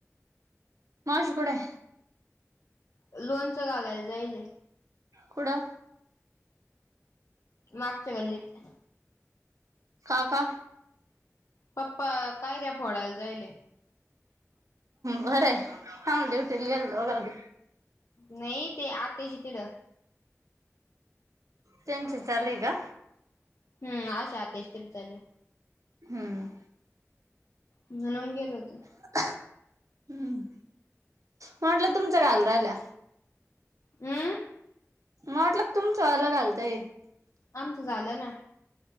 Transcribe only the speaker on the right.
मावशी कुठेय?
कुठं?
काका
बरं हां देवटीला गेलतो बघा बी...
त्यांचं चाले का?
हम्म
हम् म्हटलं तुमचं घालून राहिल्या.
म्हटलं तुमचं आलं घालतंय.